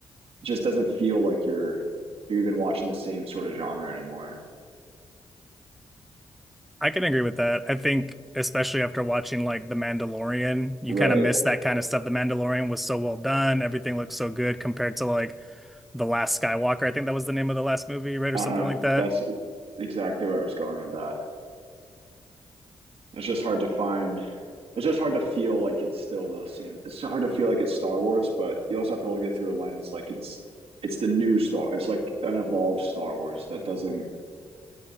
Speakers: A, on the right; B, in the centre.
A: just doesn't feel like you're you're even watching the same sort of genre anymore.
B: I can agree with that. I think especially after watching like The Mandalorian, you
A: Right.
B: kind of miss that kind of stuff. The Mandalorian was so well done, everything looked so good compared to like The Last Skywalker, I think that was the name of the last movie, right?
A: Uh-huh.
B: Or something like that.
A: That's exactly where I was going with that. It's just hard to find. It's just hard to feel like it's still the same. It's hard to feel like it's Star Wars, but you also have to look at it through a lens like it's it's the new Star. It's like an evolved Star Wars that doesn't.